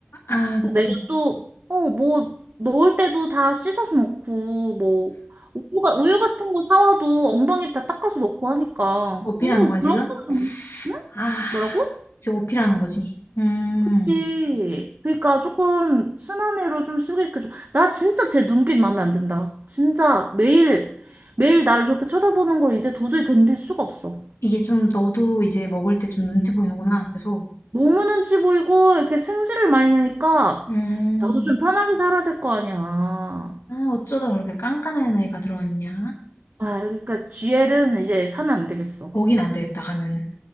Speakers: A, on the left; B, on the right.
A: 아 그치
B: 어, 내가 또, 어, 뭐, 넣을 때도 다 씻어서 넣고, 뭐, 우유가, 우유 같은 거 사와도 엉덩이 다 닦아서 넣고 하니까.
A: 어필하는
B: 뭐,
A: 거야
B: 그런
A: 지금
B: 거는, 응?
A: 아,
B: 뭐라고?
A: 이제 어필하는 거지. 음,
B: 그치. 그러니까 조금 순한 애로 좀 소개시켜줘 나 진짜 제 눈빛 마음에 안 든다. 진짜 매일, 매일 나를 저렇게 쳐다보는 걸 이제 도저히 견딜 수가 없어.
A: 이게 좀 너도 이제 먹을 때 좀 눈치 보이는구나, 계속.
B: 너무 눈치 보이고, 이렇게 승질을 많이 내니까,
A: 음,
B: 나도 좀 편하게 살아야 될 거 아니야.
A: 아, 어쩌다 그렇게 깐깐한 애가 들어왔냐?
B: 아, 그러니까 GL은 이제 사면 안 되겠어.
A: 거긴 안 되겠다, 가면은.